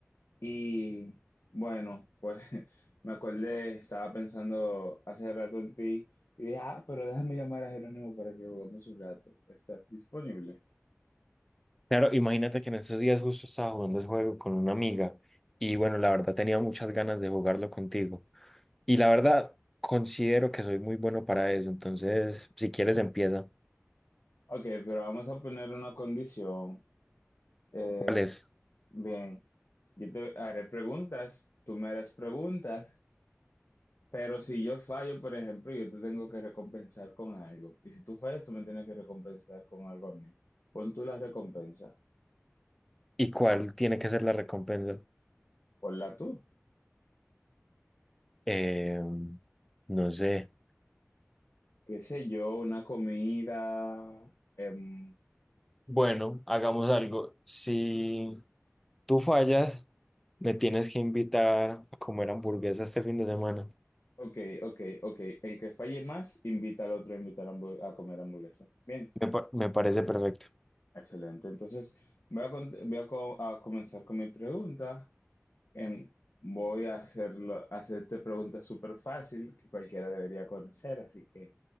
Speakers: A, on the left; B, in the centre.
A: Y bueno, pues <laughs> me acordé, estaba pensando hace rato en ti y dije, ah, pero déjame llamar a Jerónimo para que juguemos un rato. ¿Estás disponible?
B: Claro, imagínate que en esos días justo estaba jugando ese juego con una amiga y bueno, la verdad tenía muchas ganas de jugarlo contigo. Y la verdad considero que soy muy bueno para eso, entonces si quieres empieza.
A: Ok, pero vamos a poner una condición. Eh,
B: ¿Cuál es?
A: bien, yo te haré preguntas, tú me harás preguntas. Pero si yo fallo, por ejemplo, yo te tengo que recompensar con algo. Y si tú fallas, tú me tienes que recompensar con algo a mí. Pon tú la recompensa.
B: ¿Y cuál tiene que ser la recompensa?
A: Ponla tú.
B: Eh, no sé.
A: Qué sé yo, una comida. em,
B: Bueno, hagamos algo. Si tú fallas, me tienes que invitar a comer hamburguesa este fin de semana.
A: ok, ok, ok. El que falle más, invita al otro a invitar hambu- a comer hamburguesa. Bien,
B: Me, pa- me parece perfecto.
A: excelente. Entonces, voy a, con- voy a, co- a comenzar con mi pregunta. Em, voy a hacerlo, hacerte preguntas súper fácil que cualquiera debería conocer, así que,